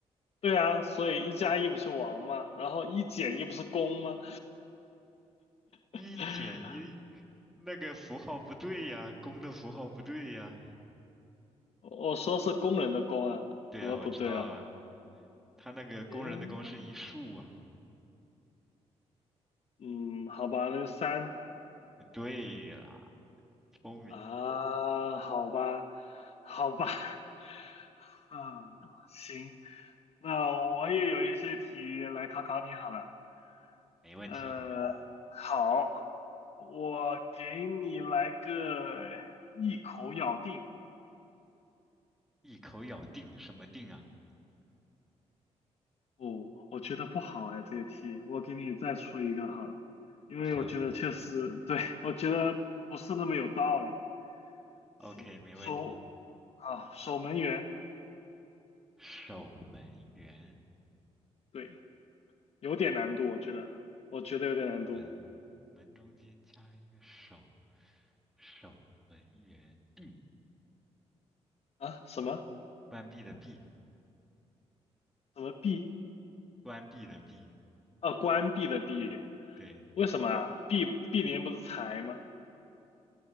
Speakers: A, on the left (about 60°); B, in the centre.
A: 对啊，所以一加一不是王吗？然后一减一不是工吗？
B: 一减一，
A: <laughs>
B: 那个符号不对呀，公的符号不对呀，
A: 我说是工人的工啊，
B: 对呀，
A: 怎么不对了？
B: 我知道啊。他那个工人的工是一竖啊。
A: 诶，嗯，好吧，那就三。
B: 对啦，聪明，
A: 啊，好吧，好吧，<laughs> 嗯，行，那我也有一些题来考考你好了。
B: 没问题。
A: 呃，好，我给你来个一口咬定。
B: 一口咬定什么定啊？
A: 哦，我觉得不好哎，这个题，我给你再出一个好了，因为我觉得确实，
B: 行
A: 对，我觉得不是那么有道理。行，
B: ，OK，没问题。
A: 守，啊，守门员，
B: 守门员，
A: 对，有点难度，我觉得，我觉得有点难度。
B: 门门中间加一个守，守门员，闭，
A: 啊，什么
B: 关闭的闭，
A: 什么币？
B: 关闭的闭。
A: 啊，关闭的闭？
B: 对
A: 为什么对啊？闭闭联不是财吗？